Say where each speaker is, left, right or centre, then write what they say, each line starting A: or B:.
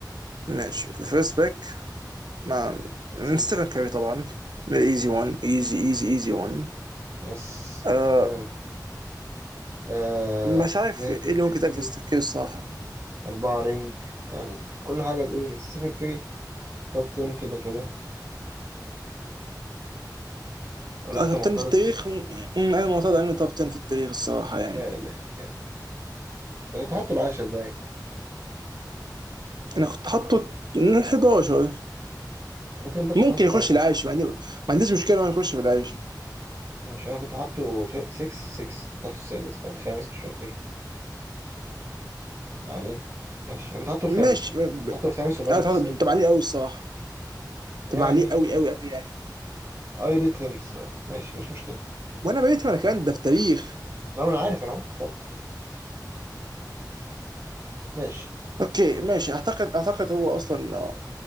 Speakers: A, on the right; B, on the right.
A: ماشي فيرست بيك مع
B: It's easy.
A: ستيفن كاري طبعا ايزي
B: Easy.
A: 1 ايزي ايزي ايزي 1
B: Yes.
A: آه
B: آه. آه.
A: مش عارف
B: اتنين
A: ايه
B: ام
A: اللي
B: في
A: ممكن
B: بي
A: يتقال في ستيف كير الصراحه
B: أربعة رينج يعني كل حاجة تقول إن ستيفن كيري توب 10 كده كده ولا
A: آه
B: أنت معترض؟
A: توب 10 في التاريخ م- م- انا معترض على انه توب 10 في التاريخ الصراحه يعني
B: يا إلهي يا إلهي. أنت كنت حاطه العاشر باين
A: انا كنت حاطه 11
B: فاكر أنت كنت
A: ممكن
B: حاطه
A: يخش
B: العاشر
A: العاشر ما عندي- ما عنديش مشكله انه يخش في العاشر
B: ماشي أنا كنت حاطه 6 6 حاطه السادس أو الخامس مش فاكر يعني ماشي أنا كنت حاطه الخامس
A: ماشي
B: أه حاطه الخامس وماجيك
A: انا حاطه
B: السادس
A: تبع عليه قوي الصراحه
B: يعني
A: تبع عليه قوي قوي قوي يعني
B: أي ريت هيم الصراحة ماشي مش مشكلة
A: وانا بقيت انا كمان ده في التاريخ
B: لا ما أنا عارف أنا عارف طبعا ماشي
A: اوكي ماشي اعتقد اعتقد هو اصلا آه،